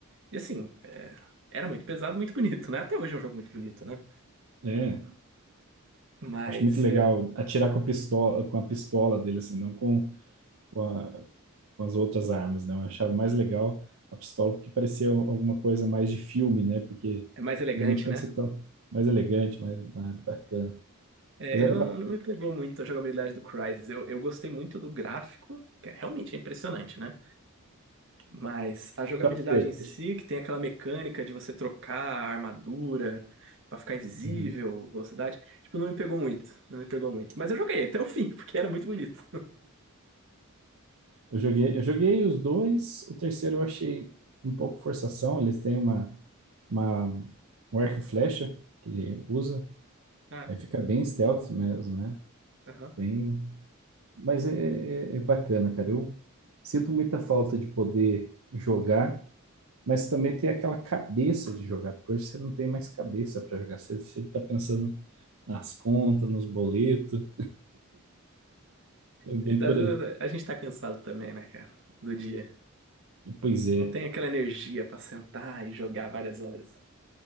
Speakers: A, on the right; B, on the right.
A: E assim, é, era muito pesado, muito bonito, né? Até hoje é um jogo muito bonito, né?
B: É,
A: Mas
B: acho muito legal
A: é,
B: atirar com a pistola, com a pistola dele, assim, não com, com a- umas outras armas, né? Eu achava mais legal a pistola porque parecia alguma coisa mais de filme, né? Porque
A: é mais elegante,
B: geralmente quando
A: né?
B: você tá mais elegante, mais, mais bacana.
A: É,
B: Mas era
A: eu não,
B: ba-
A: não me pegou muito a jogabilidade do Crysis. Eu, eu gostei muito do gráfico, que é realmente impressionante, né? Mas a jogabilidade
B: Call of Duty.
A: em si, que tem aquela mecânica de você trocar a armadura pra ficar invisível,
B: Uhum.
A: velocidade, tipo, não me pegou muito. Não me pegou muito. Mas eu joguei até o fim, porque era muito bonito.
B: Eu joguei, eu joguei os dois, o terceiro eu achei um pouco forçação, eles têm uma, uma um arco e flecha que ele usa,
A: Ah,
B: aí fica bem stealth mesmo, né?
A: aham.
B: Bem, mas é, é é bacana, cara. Eu sinto muita falta de poder jogar mas também ter aquela cabeça de jogar, porque hoje você não tem mais cabeça para jogar, você sempre está pensando nas contas, nos boletos, é bem
A: E
B: por
A: às vezes
B: aí.
A: a gente tá cansado também, né, cara? Do dia.
B: E, Pois é,
A: Não tem aquela energia pra sentar e jogar várias horas.